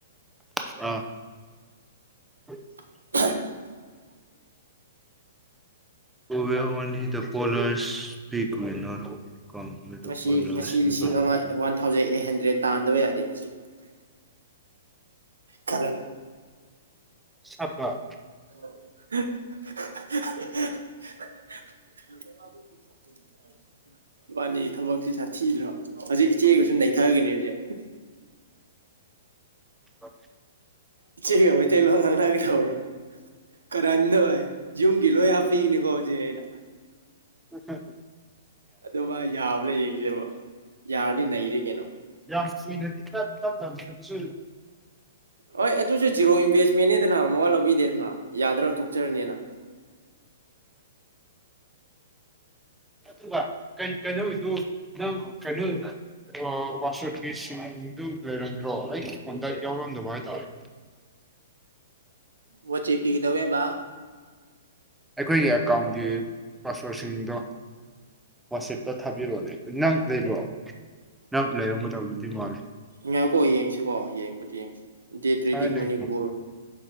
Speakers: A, in the centre; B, on the right.
A: <unintelligible> ꯍ <unintelligible>
B: <unintelligible>
A: ꯇꯨꯋꯦ ꯑꯣꯟꯂꯤ ꯗ ꯀꯣꯂꯁ <unintelligible>
B: ꯉꯁꯤ ꯉꯁꯤ ꯂꯤꯁꯤꯡ ꯑꯃ ꯋꯥꯟ ꯊꯥꯎꯖꯟ ꯑꯩꯠ ꯍꯟꯗ꯭ꯔꯦꯗ ꯇꯥꯟꯗꯕ ꯌꯥꯗꯦ ꯃꯁꯤ ꯀ
A: ꯁꯐꯛ
B: <unintelligible> ꯃꯥꯅꯤ ꯊꯕꯛꯁꯤ ꯁꯥ ꯊꯤꯗ꯭ꯔꯣ ꯑꯁꯤ ꯏꯆꯦꯒꯁꯨ ꯅꯩꯊꯒꯅꯤ ꯍꯧꯁꯦ
A: ꯑ <unintelligible>
B: ꯏꯆꯦꯒ ꯃꯩꯇꯩ ꯂꯣ ꯉꯥꯡ ꯅꯒ ꯇꯧ꯭ꯔꯥ ꯀꯔꯗꯧꯦ ꯌꯨꯝꯒꯤ ꯂꯣꯏ ꯍꯥꯞꯄꯤꯏꯅꯤꯀꯣ ꯍꯧꯖꯤꯛ ꯑꯩꯅ
A: ꯑꯆꯥ
B: ꯑꯗꯨ ꯃꯥ ꯌꯥꯕ꯭ꯔꯥ ꯌꯦꯡꯁꯦꯕ ꯌꯥꯔꯗꯤ ꯅꯩꯔꯦ ꯀꯩꯅꯣ
A: ꯌꯥꯝ ꯀꯨꯏꯅꯗꯤ ꯇꯞ ꯇꯞ ꯇꯥꯅꯁꯨ
B: ꯍꯣꯏ ꯑꯗꯨꯁꯨ ꯖꯤꯔꯣ ꯏꯟꯚꯦꯁꯃꯦꯦꯟꯦꯗꯅ ꯃꯋꯥ ꯂꯧꯕꯤꯗꯦꯗꯅ ꯌꯥꯗ꯭ꯔꯒ ꯇꯣꯛꯆꯔꯅꯤꯅ
A: ꯑꯗꯨꯒ ꯀ ꯀꯩꯅꯣꯗꯪ ꯀꯩꯅꯣꯗ ꯄꯥꯁꯋꯥꯔꯗꯀꯤꯁꯤꯡꯗꯨ ꯂꯩꯔꯝꯗ꯭ꯔꯣ ꯑꯩ ꯀꯣꯟꯗ ꯌꯥꯎꯔꯝꯗꯕ ꯍꯥꯏꯇꯥꯔꯦ
B: ꯋꯥ ꯆꯦꯛ ꯄꯤꯒꯗꯋꯦꯕ
A: ꯑꯩꯈꯣꯏꯒꯤ ꯑꯦꯀꯥꯎꯟꯒꯤ ꯄꯥꯁꯋꯥꯔꯗ ꯁꯤꯡꯗꯣ ꯋꯥꯆꯦꯞꯇ ꯊꯥꯕꯤꯔꯛꯑꯣꯅꯦ ꯅꯪ ꯂꯩꯕ꯭ꯔꯣ ꯅꯪ ꯂꯩꯔꯝꯒ ꯇꯧꯗꯨꯗꯤ ꯃꯥꯂꯦ
B: ꯉꯥꯏꯀꯣ ꯌꯦꯡꯁꯤꯀꯣ ꯌꯦꯡꯕꯗꯤ ꯌꯦꯡꯁꯤ ꯗꯦꯠ ꯔꯤꯗꯤꯡ
A: ꯊꯥꯏꯅꯒꯤ
B: ꯃꯅꯤꯄꯨꯔ